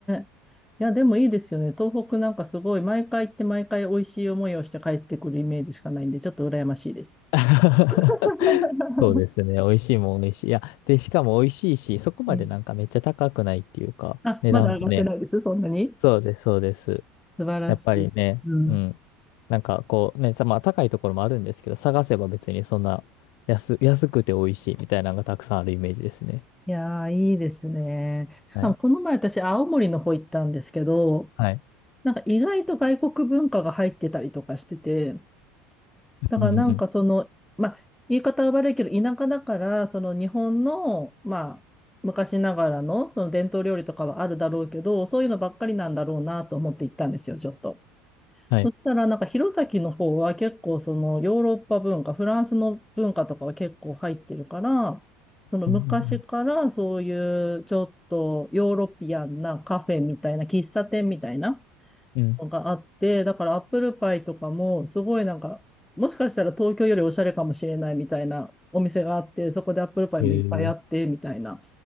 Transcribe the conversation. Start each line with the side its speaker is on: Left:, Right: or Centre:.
Centre: え。いや、でもいいですよね。東北なんかすごい、毎回行って毎回美味しい思いをして帰ってくるイメージしかないんで、ちょっと羨ましいです。
Left: <laughs>
Centre: <laughs>
Left: そうですね。美味しいもん美味しい。いや、で、しかも美味しいし、そこまでなんかめっちゃ高くないっていうか、
Centre: うん。あ、
Left: 値段もね。
Centre: まだ上がってないです、そんなに。
Left: そうです、そうです。
Centre: 素晴らしい。
Left: やっぱりね、
Centre: うん。
Left: うん。なんかこうね、さまあ高いところもあるんですけど、探せば別にそんな安、安くて美味しいみたいなのがたくさんあるイメージですね。
Centre: いやー、いいですね。しかも、
Left: はい。
Centre: この前私、青森の方行ったんですけど、
Left: はい。
Centre: なんか意外と外国文化が入ってたりとかしてて、だからなんかその、
Left: うんうんうん。
Centre: まあ、言い方は悪いけど、田舎だから、その日本の、まあ、昔ながらの、その伝統料理とかはあるだろうけど、そういうのばっかりなんだろうなと思って行ったんですよ、ちょっと。
Left: はい。
Centre: そしたら、なんか弘前の方は結構そのヨーロッパ文化、フランスの文化とかは結構入ってるから、その昔からそういうちょっとヨーロピアンなカフェみたいな、
Left: うん
Centre: 喫茶店みたいな、
Left: うんうん。うん
Centre: のがあって、だからアップルパイとかも、すごいなんか、もしかしたら東京よりおしゃれかもしれないみたいなお店があって、そこでアップルパイもいっぱいあって、
Left: へー
Centre: みたいな。